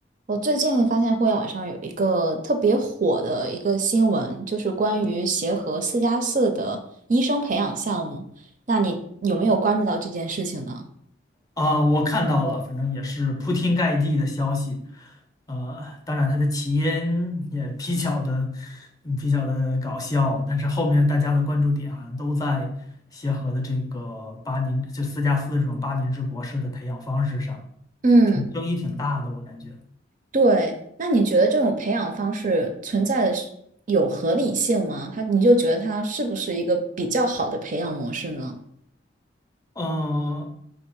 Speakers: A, on the right (about 40°); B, on the left (about 20°).
A: 我最近发现互联网上有一个特别火的一个新闻，就是关于协和四加四的医生培养项目。那你有没有关注到这件事情呢？
B: 啊，我看到了，反正也是铺天盖地的消息。呃，当然它的起因也比较的嗯比较的搞笑，但是后面大家的关注点好像都在协和的这个八年就四加四这种八年制博士的培养方式上，
A: 嗯，
B: 挺争议挺大的，我感觉。
A: 对。那你觉得这种培养方式存在的是有合理性吗？它，你就觉得它是不是一个比较好的培养模式呢？
B: 嗯、